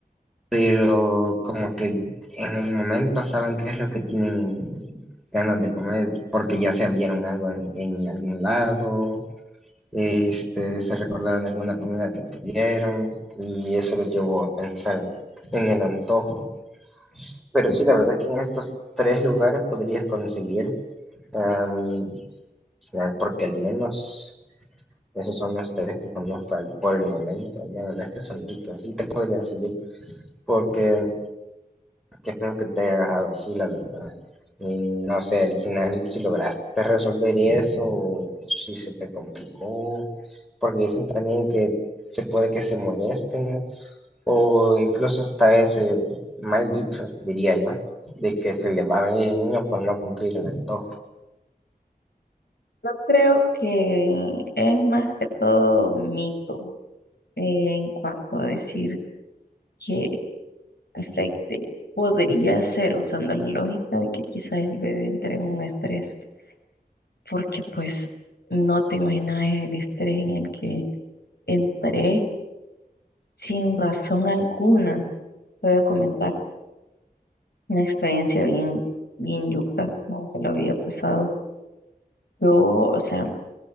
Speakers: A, in the centre; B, on the left.
A: pero como que en el momento saben qué es lo que tienen ganas de comer porque ya se vieron algo en, en algún lado, este, se recordaron alguna comida que tuvieron y eso los llevó a pensar en, en el antojo Pero sí, la verdad es que en estos tres lugares podrías conseguir, um, porque al menos esos son los tres que conozco al- por el momento. La verdad es que son ricos, sí te podrían servir, porque qué feo que te haya agarrado así, la verdad. Y no sé, al final si lograste resolver eso, si se te complicó, porque dicen también que se puede que se molesten O incluso hasta ese mal dicho, diría yo, de que se le va a venir el niño por no cumplir el antojo.
B: Yo creo que es más que todo mito en cuanto a decir que afecte. Podría ser usando la lógica de que quizás el bebé entre en un estrés, porque pues no te imaginas el estrés en el que entré sin razón alguna, puedo comentar. Una experiencia bien, bien yuca, nunca lo había pasado. Yo, o sea,